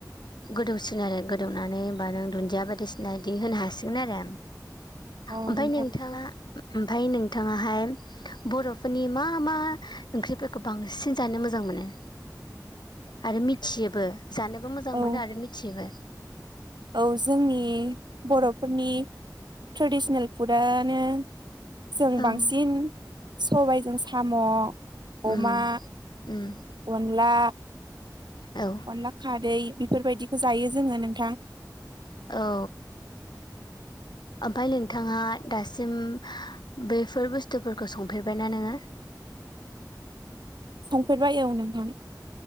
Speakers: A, on the left (about 85°); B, on the right (about 85°).
A: गोदौसिगोन आरो गोदौनानै होमबा नों दुन्दिया बायदिसिना बिदि होनो हासिगोन आरो
B: अ
A: ओमफ्राय
B: नोंथां
A: नोंथाङा ओमफ्राय नोंथाङाहाय बर'फोरनि मा मा ओंख्रिफोरखौ बांसिन जानो मोजां मोनो आरो मिथियोबो जानोबो मोजां
B: औ
A: मोनो आरो मिथियोबो।
B: औ जोंनि बर'फोरनि ट्रेडिसनेल फुडआनो जों
A: औ
B: बांसिन सबायजों साम'
A: उम
B: अमा
A: उम
B: अनला
A: औ
B: अनला खारै बेफोरबायदिखो जायो जोङो नों
A: औ ओमफाय नोंथाङा दासिम बेफोर बुस्थुफोरखौ संफेरबायना नोङो
B: संफेरबाय औ नोंथां।